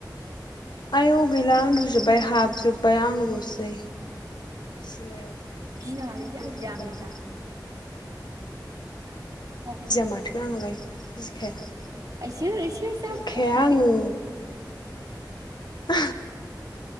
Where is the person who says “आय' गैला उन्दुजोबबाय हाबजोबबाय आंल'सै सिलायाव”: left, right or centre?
Left